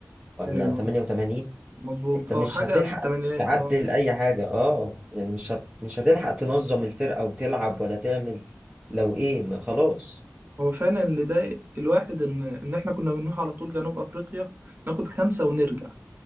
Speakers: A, on the right; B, on the right.
A: ولا
B: ايوه
A: 88
B: مظبوط
A: انت
B: اه
A: مش
B: حاجة
A: هتلحق
B: في الثمانينات
A: تعدل
B: اه
A: اي حاجة اه يعني مش هت... مش هتلحق تنظم الفرقة وتلعب ولا تعمل لو ايه ما خلاص
B: هو فعلا اللي ضايق الواحد ان ان احنا كنا بنروح على طول جنوب افريقيا ناخد خمسة ونرجع ما